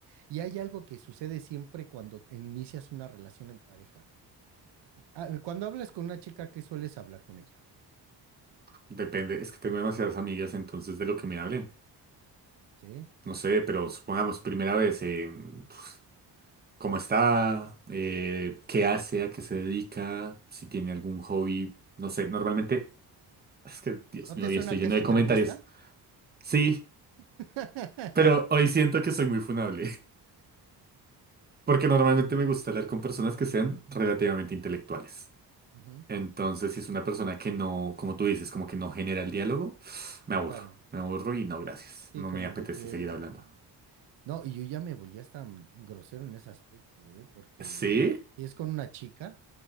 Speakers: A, on the right; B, on the right.
A: Y hay algo que sucede siempre cuando inicias una relación en pareja. Ah, Cuando hablas con una chica, ¿qué sueles hablar con ella?
B: Depende, es que tengo demasiadas amigas entonces de lo que me hablen.
A: ¿Sí?
B: No sé, pero supongamos, primera vez, eh, pf, ¿cómo está? Eh, ¿qué hace? ¿A qué se dedica? Si tiene algún hobby. No sé, normalmente Es que, Dios
A: ¿No
B: mío,
A: te
B: hoy
A: suena
B: estoy lleno
A: que es
B: de
A: entrevista?
B: comentarios. Sí,
A: <laughs>
B: pero hoy siento que soy muy funable, <laughs> porque normalmente me gusta hablar con personas que sean relativamente intelectuales.
A: Ujú,
B: Entonces, si es una persona que no, como tú dices, como que no genera el diálogo, <sighs> me aburro,
A: Claro,
B: me aburro y no, gracias.
A: sí,
B: No
A: como
B: me apetece
A: de que
B: seguir hablando.
A: No, y yo ya me volví hasta grosero en ese aspecto, ¿eh? Porque
B: ¿Sí?
A: si es con una chica,